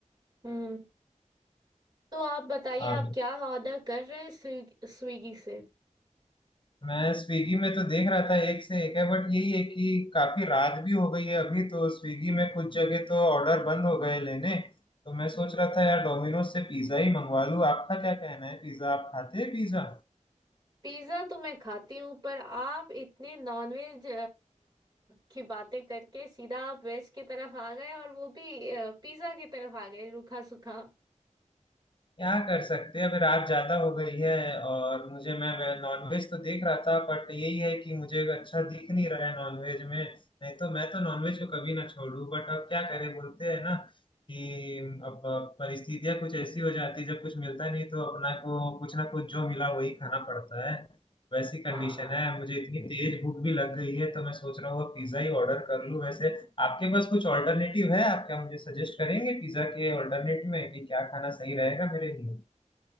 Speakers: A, on the right; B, on the left.
A: हम्म तो आप बताइए
B: का
A: आप क्या ऑर्डर कर रहे हैं स्विग- स्विगी से
B: मैं स्विगी में तो देख रहा था एक से एक है बट यही है कि काफी रात भी हो गई है अभी तो स्विगी में कुछ जगह तो ऑर्डर बंद हो गए लेने तो मैं सोच रहा था यार डोमिनोज से पिज्जा ही मंगवा लूं आपका क्या कहना है पिज्जा आप खाते हैं पिज्जा
A: पिज्जा तो मैं खाती हूँ पर आप इतने नॉनवेज की बातें करके सीधा आप वेज की तरफ आ गए और वो भी पिज्जा की तरफ आ गए रूखा सूखा
B: क्या कर सकते हैं अभी रात ज्यादा हो गई है और मुझे मैं नॉनवेज तो देख रहा था बट यही है कि मुझे अच्छा दिख नहीं रहा है नॉनवेज में नहीं तो मैं तो नॉनवेज को कभी ना छोड़ू बट अब क्या करें बोलते हैं ना कि अब परिस्थितियां कुछ ऐसी हो जाती है जब कुछ मिलता नहीं तो अपना को कुछ ना कुछ जो मिला वही खाना पड़ता है वैसी कंडीशन
A: हाँ
B: है मुझे इतनी तेज भूख भी लग गई है तो मैं सोच रहा हूँ पिज्जा ही ऑर्डर कर लूँ वैसे आपके पास कुछ ऑल्टरनेटिव है आप क्या मुझे सजेस्ट करेंगे पिज्जा के ऑल्टरनेटिव में कि क्या खाना सही रहेगा मेरे लिए